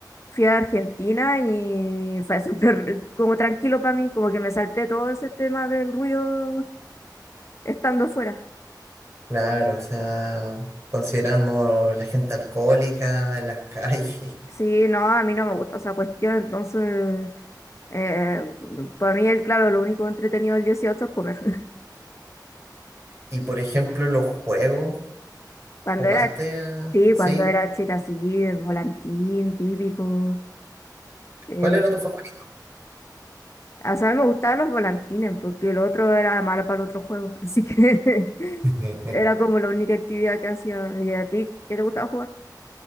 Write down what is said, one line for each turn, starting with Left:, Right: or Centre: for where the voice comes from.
Left: fui a Argentina y fue súper como tranquilo para mí, como que me salté todo ese tema del ruido Estando fuera.
Right: Claro, o sea, considerando la gente alcohólica en las <laughs> calles
Left: Sí, no, a mí no me gusta esa cuestión, entonces, eh, para mí, el, claro, lo único entretenido del 18 es comer. <laughs>
Right: y por ejemplo los juegos,
Left: Cuando
Right: ¿jugaste?
Left: era,
Right: a-
Left: sí,
Right: ¿Sí?
Left: cuando era chica, sí, el volantín típico. Eh,
Right: ¿Cuál era tu favorito?
Left: o sea, a mí me gustaban los volantines, porque el otro era malo para el otro juego, así que <laughs>
Right: <laughs>
Left: era como la única actividad que hacía. ¿Y a ti qué te gustaba jugar?